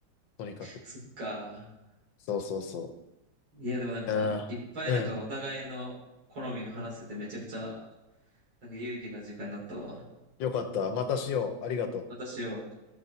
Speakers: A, on the left; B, on the right.
A: とにかく。
B: そっか。
A: そうそうそ
B: いや、でもなんか、
A: う。いやーうん。
B: いっぱいなんかお互いの好みが話せてめちゃくちゃ、なんか有意義な時間になったわ。
A: よかった。またしよう。ありがとう。
B: うん。またしよう。